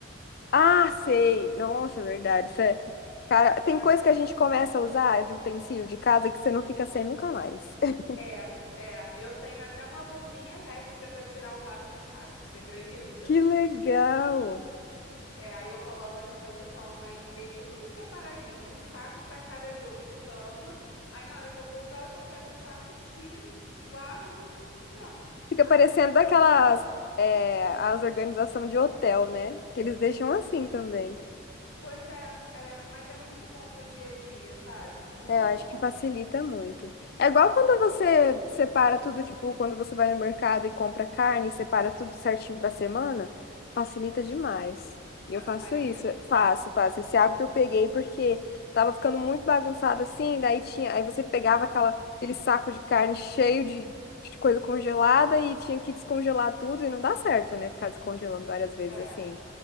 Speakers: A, on the left; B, on the left.
A: <laughs> ah, sei. Nossa, verdade.
B: E,
A: Isso é- Cara, tem
B: ca-
A: coisa que a gente começa a usar de utensílio de casa que você não fica sem nunca mais. <laughs>
B: É, é. Eu tenho até uma bombinha elétrica pra tirar o vácuo dos sacos, você acredita?
A: Que legal!
B: É, aí eu coloco as roupas de cama e deixo tudo separadinho, um saco pra cada jogo de cama. Aí na hora que eu vou usar, eu só pego o saco, tiro, guardo e pronto.
A: Fica
B: Ai,
A: parecendo daquelas, é, as organizações de hotel, né? Que eles deixam assim também.
B: Pois é, é, mas é muito bom pro dia a dia, sabe? Muito
A: É, eu acho
B: bom.
A: que facilita muito. É igual
B: Assim,
A: quando você separa tudo, tipo, quando você vai no mercado e compra carne, separa tudo certinho pra semana, facilita demais.
B: hum, Você
A: E eu faço
B: faz
A: isso,
B: isso?
A: faço, faço. Esse hábito eu peguei porque tava ficando muito bagunçado assim, daí tinha, aí você pegava aquela, aquele saco de carne cheio de, de coisa congelada e tinha que descongelar tudo e não dá certo, né? Ficar descongelando várias vezes
B: É,
A: assim.